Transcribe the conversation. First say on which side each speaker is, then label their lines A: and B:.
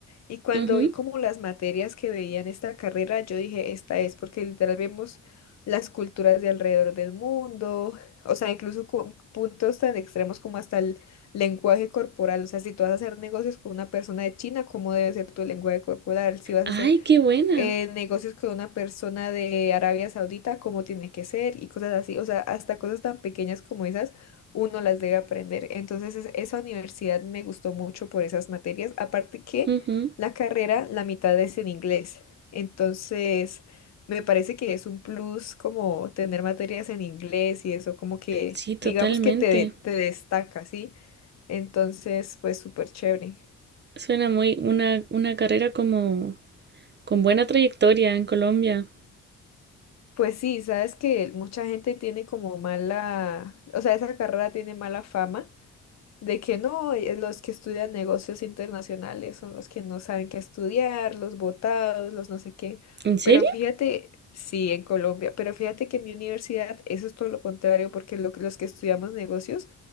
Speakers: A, on the left; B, on the right.
A: Y cuando
B: ujú.
A: vi como las materias que veía en esta carrera, yo dije, esta es, porque literal vemos las culturas de alrededor del mundo, o sea, incluso con puntos tan extremos como hasta el lenguaje corporal, o sea, si tú vas a hacer negocios con una persona de China, ¿cómo debe ser tu lenguaje corporal? Si vas
B: Ay,
A: a hacer
B: qué buena.
A: eh, negocios con una persona de Arabia Saudita, cómo tiene que ser y cosas así. O sea, hasta cosas tan pequeñas como esas, uno las debe aprender. Entonces, es- esa universidad me gustó mucho por esas materias. Aparte que
B: Ujú.
A: la carrera, la mitad es en inglés. Entonces, me parece que es un plus como tener materias en inglés y eso como que,
B: Sí, totalmente.
A: digamos que te, te destaca, ¿sí? Entonces, pues súper chévere.
B: Suena muy una, una carrera como con buena trayectoria en Colombia.
A: Pues sí, sabes que mucha gente tiene como mala, o sea, esa carrera tiene mala fama de que no, eh, los que estudian negocios internacionales son los que no saben qué estudiar, los botados, los no sé qué.
B: ¿En serio?
A: Pero fíjate, sí, en Colombia, pero fíjate que en mi universidad eso es todo lo contrario, porque lo que- los que estudiamos negocios